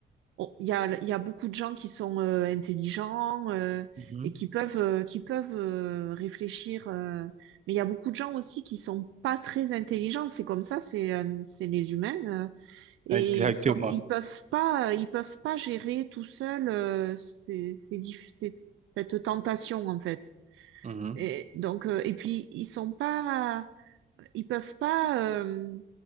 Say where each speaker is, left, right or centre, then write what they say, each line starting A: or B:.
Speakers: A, on the right; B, on the right.
A: il y a, y a beaucoup de gens qui sont euh, intelligents euh,
B: Mhm.
A: et qui peuvent, euh, qui peuvent euh, réfléchir. euh, mais il y a beaucoup de gens aussi qui sont pas très intelligents. C'est comme ça, c'est euh, c'est les humains. euh, et
B: Exactement.
A: ils sont, ils peuvent pas, ils peuvent pas gérer tout seuls euh, ces- ces diff- ces- cette tentation en fait.
B: Mhm.
A: Et donc, euh, et puis ils sont pas, ils peuvent pas euh,